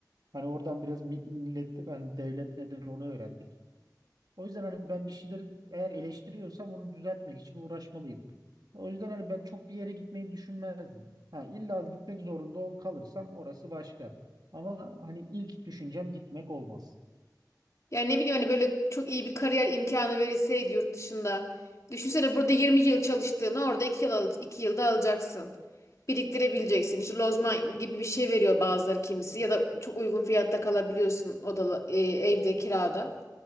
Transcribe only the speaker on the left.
Yani ne bileyim hani böyle çok iyi bir kariyer imkanı verilseydi yurt dışında. Düşünsene burada 20 yıl çalıştığını orada iki yıl al- iki yılda alacaksın. Biriktirebileceksin. İşte lozman gibi bir şey veriyor bazıları kimisi ya da çok uygun fiyatta kalabiliyorsun odalı e, evde kirada.